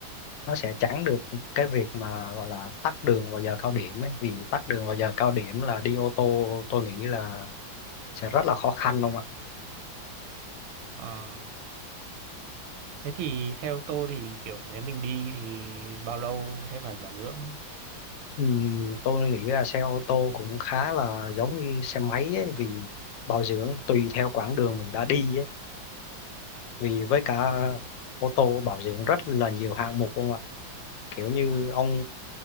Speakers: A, on the left; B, on the right.
A: nó sẽ tránh được cái việc mà gọi là tắc đường vào giờ cao điểm ấy vì tắc đường vào giờ cao điểm là đi ô tô tôi nghĩ là sẽ rất là khó khăn không ạ
B: À, thế thì xe ô tô thì kiểu nếu mình đi thì bao lâu sẽ phải bảo dưỡng?
A: Ừ, tôi nghĩ là xe ô tô cũng khá là giống như xe máy ấy, vì bảo dưỡng tùy theo quãng đường mình đã đi ấy. Vì với cả
B: À,
A: ô tô bảo dưỡng rất là nhiều hạng mục không ạ? kiểu như ông